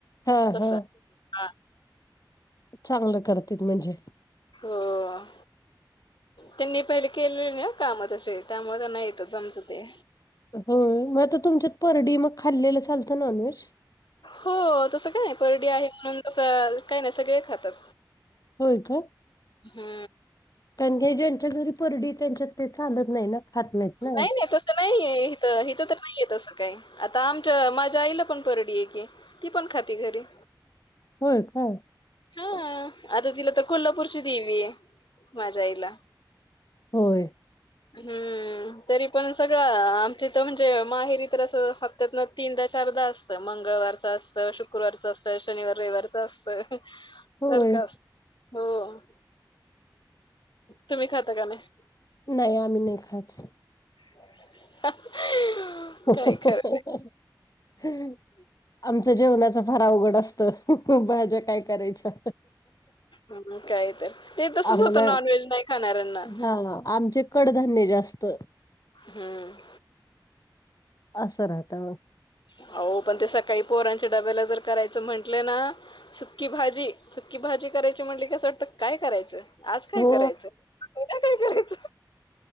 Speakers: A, on the left; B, on the left.
A: हा
B: तसं.
A: हा
B: हा
A: चांगलं करतीत म्हणजे.
B: हो आ! त्यांनी पहिले केलेले ना काम तसे, त्यामुळे त्यांना येत जमतं ते.
A: होय म आता तुमच्यात परडी मग खाल्लेलं चालतं नॉनव्हेज?
B: हो तसं काय नाही, परडी आहे म्हणून तसं काय नाही सगळे खातात.
A: होय का?
B: हू!
A: कारण काय ज्यांच्या घरी परडी त्यांच्यात ते चालत नाही ना. खात नाहीत
B: नाही
A: ना
B: नाही तसं नाहीय हीथं हीथं तर नाहीय तसं. काय आता आमच्या माझ्या आईला पण परडी हे की, ती पण खाती घरी.
A: होय काय!
B: हा आता तिला तर कोल्हापूरची देवी आहे माझ्या आईला.
A: होय!
B: हू! तरी पण सगळं आमच्यां इथं म्हणजे माहेरी तर असं हप्त्यात न तीनदा चारदा असं त मंगळवारच असत, शुकुरवारच असत, शनिवार रविवारच असत.
A: होय
B: सारखं असं हो तुम्ही खाता का नाही?
A: नाही आम्ही नही खात.
B: <unintelligible>
A: <unintelligible>
B: खरं
A: आमचं जेवणाचं फार अवघड असतं भाज्या काय करायच्या.
B: हू काय तर ते तसच
A: आम्हाला
B: होतं नॉनव्हेज नाही खाणाऱ्यांना.
A: हा आमचे कडधान्य जास्त.
B: हूं!
A: असं राहतं.
B: आहो पण ते सकाळी पोरांच्या डब्याला जर करायचं म्हंटलं ना. सुक्की भाजी, सुक्की भाजी करायची म्हणली का आसं वाटतं काय करायचं. आज काय
A: हो
B: करायचं, उदया काय करायचं.